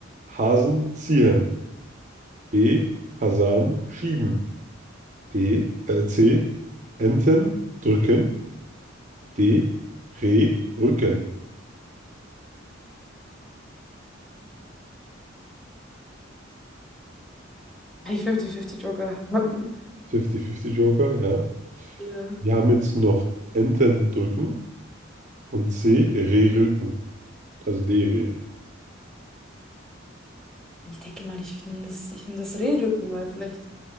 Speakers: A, on the right; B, in the centre.
A: Hasen ziehen. B. Fasan schieben. D. Äh, C. Enten drücken. D, Re, Rücken.
B: Hey, 50-50 Joker. <laughs>
A: 50-50 Joker, ja.
B: Ja.
A: Wir haben jetzt noch Enten drücken und C, Re, Rücken. Also D, Re, Rücken.
B: Ich denke mal, ich nehme das, ich nehm das Rehrücken, weil vielleicht